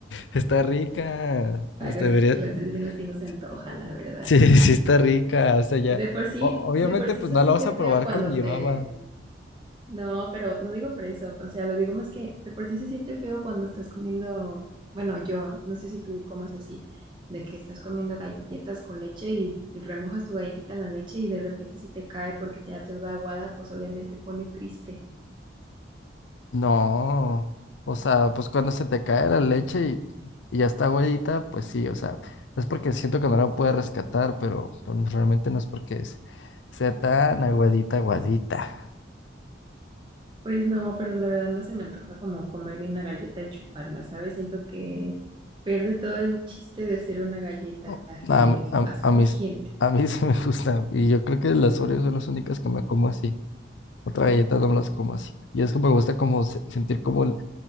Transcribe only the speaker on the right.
Ahorita
que lo estoy diciendo así, no se
antoja, la verdad.
De por sí,
de por sí
se
siente
feo
cuando
te...
No, pero no digo por eso. O sea, lo digo más que de por sí se siente feo cuando estás comiendo... Bueno, yo no sé si tú comes así, de que estás comiendo galletas con leche y remojas tu galletita en la leche y de repente se te cae porque ya te da aguada, pues obviamente pone triste.
Pues no, pero la verdad no se me antoja como comerme una galleta y chuparla, ¿sabes? Siento que pierde todo el chiste de ser una galleta
de,
así
crujiente.